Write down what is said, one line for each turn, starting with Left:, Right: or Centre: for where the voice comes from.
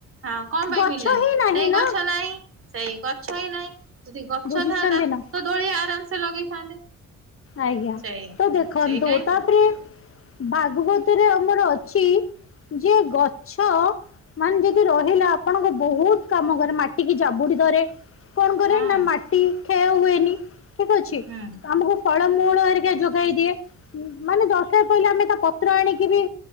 Right: ହଁ, କଣ ପାଇଁ
Left: ଗଛ
Right: ମିଳିଲାନି।
Left: ହିଁ ନାହିଁ
Right: ସେଇ
Left: ନା
Right: ଗଛ ନାହିଁ। ସେଇ ଗଛ ହିଁ ନାହିଁ। ଯଦି ଗଛ
Left: ବୁଝୁଛନ୍ତି
Right: ଥାନ୍ତା,
Left: ନା
Right: ତ ଦୋଳି ଆରାମ ସେ ଲଗେଇଥାନ୍ତେ।
Left: ଆଜ୍ଞା।
Right: ସେଇ
Left: ତ ଦେଖନ୍ତୁ
Right: ସେଇଟା ହିଁ
Left: ତାପରେ,
Right: ସତ
Left: ଭାଗବତରେ ଆମର ଅଛି ଯିଏ ଗଛ ମାନେ ଯଦି ରହିଲା ଆପଣଙ୍କ ବହୁତ କାମ କରେ, ମାଟିିକି ଜାବୁଡି ଧରେ। କଣ କରେ
Right: ହଁ।
Left: ନା ମାଟି କ୍ଷୟ ହୁଏନି ଠିକ୍ ଅଛି
Right: ହୁଁ
Left: ତ ଆମକୁ ଫଳମୁଳ ହେରିକା ଯୋଗେଇ ଦିଏ ମାନେ ଦରକାର ପଇଲେ ଆମେ ତା ପତ୍ର ଆଣିକି ବି